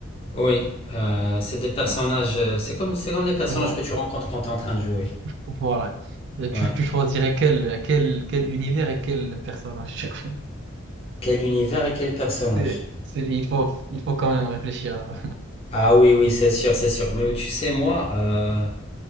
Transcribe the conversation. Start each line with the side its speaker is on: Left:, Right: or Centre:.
Left: Oui, euh, c'est des personnages.
Right: Ouais.
Left: euh, C'est comme, c'est comme les personnages
Right: Voilà.
Left: que tu rencontres quand tu es en train de jouer.
Right: Voilà. Et Tu,
Left: Ouais.
Right: tu choisirais quel, quel, quel univers et quel personnage <laughs> chaque fois.
Left: Quel univers et quel personnage?
Right: C'est- c'est- il faut, il faut quand même réfléchir à...
Left: Ah oui, oui, c'est sûr, c'est sûr. Mais tu sais, moi, euh,